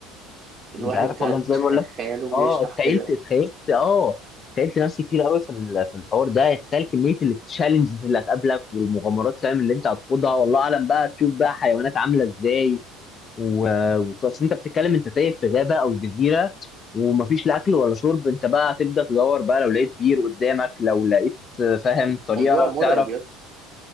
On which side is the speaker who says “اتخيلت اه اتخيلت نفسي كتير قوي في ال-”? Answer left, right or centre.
Left